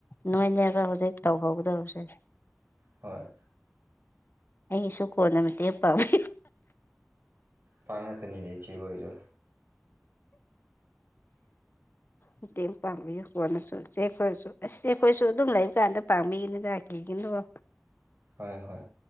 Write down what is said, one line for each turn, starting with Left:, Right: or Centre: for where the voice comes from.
Left: ꯅꯣꯏꯅꯦꯕ ꯍꯧꯖꯤꯛ ꯇꯧꯍꯧꯗꯧꯁꯦ
Right: ꯍꯣꯏ
Left: ꯑꯩꯒꯤꯁꯨ ꯀꯣꯟꯅ ꯃꯇꯦꯡ ꯄꯥꯡꯏ
Right: ꯄꯥꯡꯉꯛꯀꯅꯤꯗ ꯏꯆꯦ ꯍꯣꯏꯔꯣ
Left: ꯃꯇꯦꯡ ꯄꯥꯡꯕꯤꯌꯨ ꯀꯣꯟꯅꯁꯨ ꯆꯦꯈꯣꯏꯅꯁꯨ ꯑꯁ ꯆꯦ ꯑꯩꯈꯣꯏꯁꯨ ꯑꯗꯨꯝ ꯂꯩꯕ ꯀꯥꯟꯗ ꯄꯥꯡꯕꯤꯒꯅꯤꯗ ꯀꯤꯒꯤꯅꯕ
Right: ꯍꯣꯏ ꯍꯣꯏ